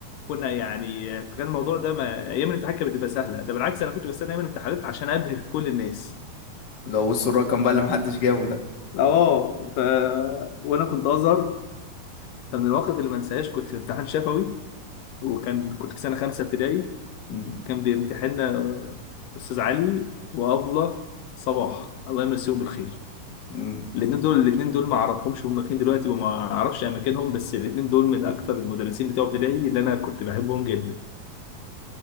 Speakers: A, on the left; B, on the left.
A: كنا يعني فكان الموضوع ده ما... أيام الامتحان كانت بتبقى سهلة ده بالعكس أنا كنت بستنى أيام الامتحانات عشان أبهر كل الناس
B: لو بصوا الرقم بقى اللي محدش جابه ده
A: اه ف... وانا كنت ازهر فمن المواقف اللي ما انساهاش كنت في امتحان شفوي وكان كنت في سنه خمسه ابتدائي
B: امم
A: كان بيمتحننا أستاذ علي وأبلة صباح الله يمسيهم بالخير
B: امم
A: الاثنين دول الاثنين دول ما اعرفهمش هم فين دلوقتي وما اعرفش اماكنهم بس الاثنين دول من اكتر المدرسين بتوع ابتدائي اللي انا كنت بحبهم جدا